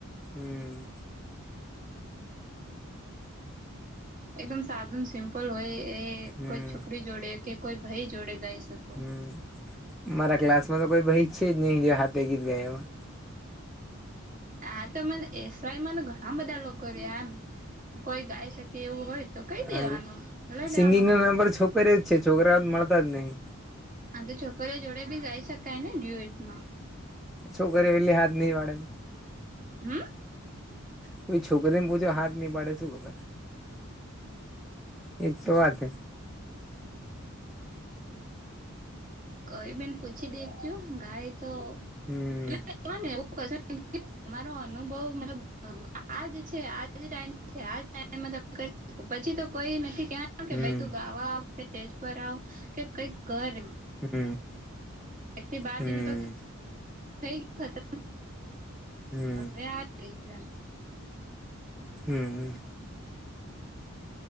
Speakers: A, in the centre; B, on the right (about 35°).
A: હમ્મ.
B: એકદમ સાધુ સિમ્પલ હોય એ
A: હમ
B: કોઈ છોકરી જોડે કે કોઈ ભાઈ જોડે ગાઈ શક
A: હમ્મ, મારા ક્લાસમાં તો કોઈ ભાઈ છે જ નહી જે હાથે ગીત ગાએવા.
B: આ તો મન એસ વાયમાં ઘણા બધા લોકો રહ્યા એમ. કોઈ ગાઈ શકે એવું હોય તો કઈ
A: હા
B: દેવાનું લઈ
A: સિંગિંગ
B: લેવાનો
A: નો
B: ભાગ.
A: નંબર છોકરી જ છે છોકરા મળતા જ નહી.
B: હા તો છોકરી જોડે ભી ગાય શકાય ને ડ્યુટ માં.
A: છોકરી એેલી હાથ નહીં વાડેન.
B: હમ્મ.
A: કોઈ છોકરીને પૂછો હાથ ની પાડે શું ખબર. એજ તો વાત હે.
B: કઈ બેન પૂછી દેખજું ગાય તો
A: હમ્મ
B: એ <inaudible> તમારો અનુભવ મતલબ આમ આજ છે આજ ટાઇમ છે આજ ટાઇમ <inaudible> પછી તો કોઈ નથી કહેવાનું કે
A: હમ્મ
B: ભાઈ તું ગાવા આવ કે ટેજ પર આવ કે કઈક કર એમ.
A: હમ્મ.
B: એક થી બાર
A: હમ્મ
B: જને તો થઈ <inaudible>
A: હમ્મ
B: હરે આ ગઈ એમ.
A: હમ્મ, હમ્મ.